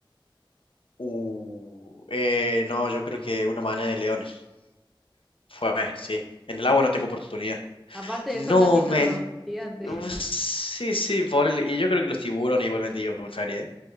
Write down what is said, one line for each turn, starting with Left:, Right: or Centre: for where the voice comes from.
Left: uh, eh, no, yo creo que una manada de leones. Fue, sí. En el agua
Centre: Sí,
Left: no tengo oportunidad.
Centre: aparte
Left: No,
Centre: son gatitos
Left: men.
Centre: gigantes.
Left: no,
Centre: <laughs>
Left: Sí, sí, ponele. Y yo creo que los tiburones igualmente yo prefería, ¿eh?